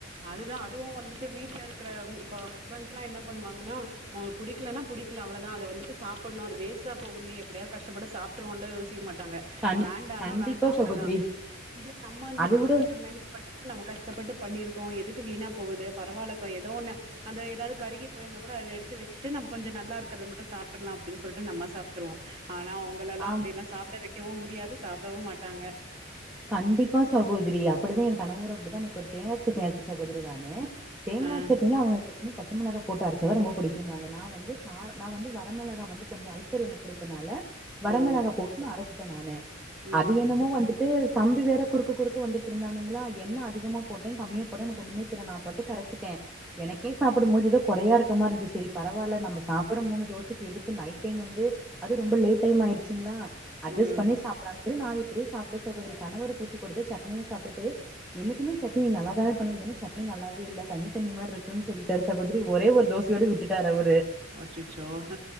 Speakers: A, on the right (about 30°); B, in the centre.
A: அதுதான் அதுவு வந்துட்டு வீட்ல இருக்குற இப்ப ஹஸ்பண்ட்ஸ்லா என்ன பண்ணுவாங்கன்னா அவுங்களுக்கு புடிக்கலன்னா புடிக்கல அவ்ளதா அத வந்துட்டு சாப்புடணு அது வேஸ்டா போகுமே எப்படியாவது கஷ்டப்பட்டு சாப்ட்றுவோன்லா யோசிக்க மாட் டாங்க
B: கண்
A: வேண்டானா
B: கண்டிப்பா
A: வேண்டா அவ்ளதா
B: சகோதரி
A: இதே நம்மன்னா
B: அத விட
A: நம்ம என்ன பண்ணுவோ நம்ம கஷ்டப்பட்டு பண்ணிருக் கோ எதுக்கு வீணா போகுது பரவால்லா பா ஏதோ ஒன்னு அந்த எதாவது கருகி போயிருந்தா கூட அத எடுத்து வச்சுட்டு நம்ம கொஞ்ச நல்லா இருக்குறத மட்டு சாப்ட்ரலாம் அப்படின்னு சொல்லிட்டு நம்ம சாப்ட்ருவோ ஆனா அவுங்கலெல்லாம்
B: ஆ
A: அப்டில்லா சாப்பிட வைக் வைக்கவும் முடியாது சாப்டவும் மாட்டாங்க
B: கண்டிப்பா சகோதரி அப்படிதான் என் கணவரும் அப்டிதான் அன்னைக்கு ஒரு தேங்கா சட்னி அரச்சே சகோதரி நானு தேங்கா
A: ஆ
B: சட்னிலா அவங்ளுக்கு இன்னும் பச்ச மிளகா போட்டு அரைச்சா தா ரொம்ப பிடிக்கும்பாங்க நா வந்து கார நா வந்து வரமிளகா வந்து கொஞ்சம் அல்சர் எனக்கு இருக்கனால வரமெளகா
A: ஓ
B: போட்டு நா அரைச் சிட்ட நானு
A: ம்
B: அது என்னமோ வந்து ட்டு தம்பி வேற குறுக்க குறுக்க வந்துட்டு இருந்தானுங்களா என்ன அதிகமா போட்டே கம்மிய போட்டே எனக்கு ஒண்ணுமே தெர்ல நாம் பாட்டுக்கு அரச்சிட்டே எனக்கே சாப்பிடும் போது எதோ கொறயா இருக்க மாரி இருந்ச்சு சரி பரவால்ல நாம சாப்படற மூணு தோச எதுக்கு நைட் டைம் வந்து அது ரொம்ப லேட் டைம் ஆயிடுச்சுங்களா அட்ஜஸ்
A: ம்
B: பண்ணி சாப்புடறா சரி நா எப்புடியோ சாப்ட் சகோதரி கணவருக்கு ஊத்தி குடுத்து சட்னியு சாப்புட்டு என்னிக்குமே சட்னி நல்லா தானே பண்ணுவ இது என்ன சட்னி நல்லாவே இல்ல தண்ணி தண்ணி மார் இருக்குனு சொல்லிட்டாரு சகோதரி ஒரே ஒரு தோசையோட விட்டுட்டாரு அவரு
A: அச்சச்சோ ஹ